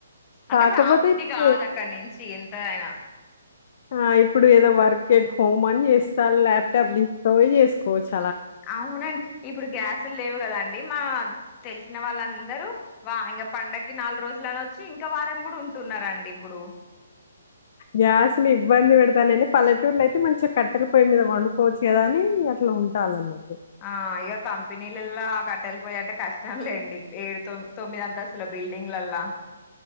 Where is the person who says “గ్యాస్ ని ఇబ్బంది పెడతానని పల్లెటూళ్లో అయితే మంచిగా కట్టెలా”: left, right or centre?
Left